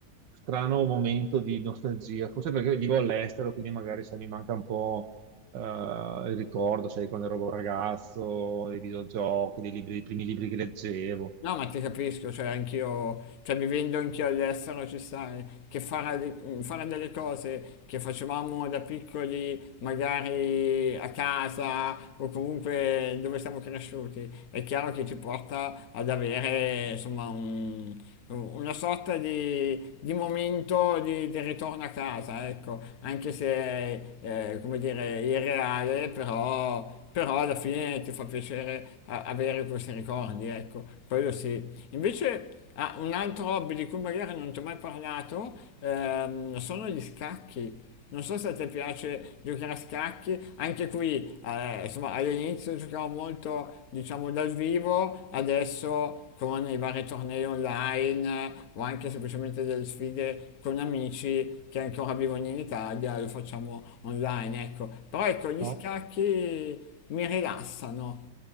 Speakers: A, on the right (about 85°); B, on the left (about 60°).
A: strano momento di nostalgia, forse perché vivo all'estero, quindi magari se mi manca un po' eh, il ricordo, sai, quando ero un ragazzo, dei videogiochi, dei libri- dei primi libri che leggevo,
B: No, ma ti capisco, cioè anch'io, cioè vivendo anch'io all'estero ci sai, che fare, le- fare delle cose che facevamo da piccoli, magari a casa o comunque dove siamo cresciuti, è chiaro che ci porta ad avere insomma un- una sorta di, di momento di, di ritorno a casa, ecco, anche se eh, come dire, irreale, però però alla fine ti fa piacere a- avere questi ricordi, ecco, quello sì. Invece ah, un altro hobby di cui magari non ti ho mai parlato ehm, sono gli scacchi. Non so se a te piace giocare a scacchi, anche qui eh, insomma all'inizio giocavo molto diciamo dal vivo, adesso con i vari tornei online o anche semplicemente delle sfide con amici che ancora vivono in Italia, lo facciamo online, ecco. Però ecco, gli
A: no?
B: scacchi mi rilassano.